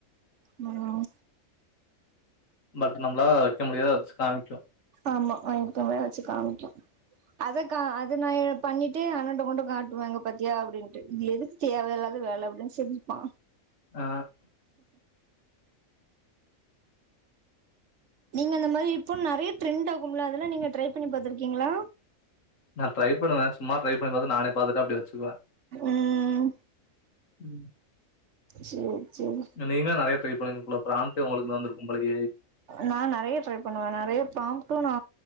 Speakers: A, on the right (about 60°); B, on the left (about 70°).
A: ம்
B: பட் நம்ள வைக்க முடியாத வச்சி காமிக்கு
A: ஆமா வக்கிம வச்சி காமிக்கு அத கா அத நா பண்ணிட்டு அண்ணண்ட கொண்டு காட்டுவ இங்க பாத்தியா அப்டின்ட்டு இது எதுக்கு தேவயில்லாத வேலனு அப்டின் சிரிப்பா
B: ஆ
A: நீங்க அந்த மாரி இப்ப நெறைய ட்ரெண்டாகும்ள அதெல்லா நீங்க ட்ரை பண்ணி பாத்துருக்கீங்களா
B: நா ட்ரை பண்ணுவ சும்மா ட்ரை பண்ணுது நானே பாத்துட்டு அப்டியே வச்சுக்குவ
A: ம்
B: ம்
A: சேர் சேரி
B: நீங்க நெறைய ட்ரை பண்ணுங்க ஃபுல்லா ப்ராம்டு உங்களுக்கு வந்துருக்கும் போலயே
A: நா நெறைய ட்ரை பண்ணுவ நெறைய ப்ராம்டு நா